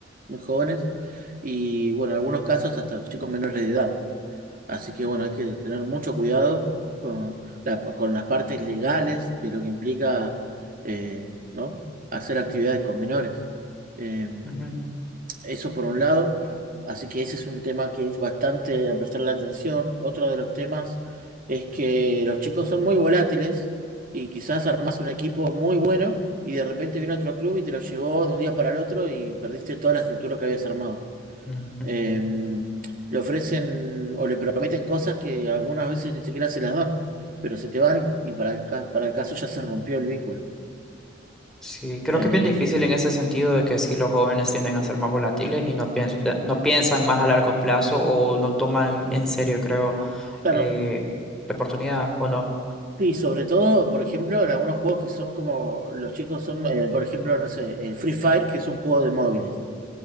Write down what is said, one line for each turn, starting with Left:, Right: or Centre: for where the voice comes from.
Right: muy jóvenes. Y bueno, en algunos casos hasta chicos menores de edad. Así que bueno, hay que tener mucho cuidado con, la- con las partes legales de lo que implica eh, ¿no? hacer actividades con menores. Eh,
Centre: Ujú,
Right: eso por un lado, así que ese es un tema que es bastante a prestarle atención. Otro de los temas es que los chicos son muy volátiles y quizás armás un equipo muy bueno y de repente viene otro club y te lo llevó de un día para el otro y perdiste toda la estructura que habías armado
Centre: ujú.
Right: eh, le ofrecen o le prometen cosas que algunas veces ni siquiera se las dan, pero se te van y para el, ca- para el caso ya se rompió el vínculo.
Centre: Sí, creo
Right: Eh,
Centre: que es bien difícil en ese sentido de que sí los jóvenes tienden a ser más volátiles y no piensan, no piensan más a largo plazo o no toman en serio, creo,
Right: claro,
Centre: eh, la oportunidad o no.
Right: sí, sobre todo, por ejemplo, en algunos juegos que son como, los chicos son, eh, por ejemplo, no sé, el Free Fire, que es un juego de móviles,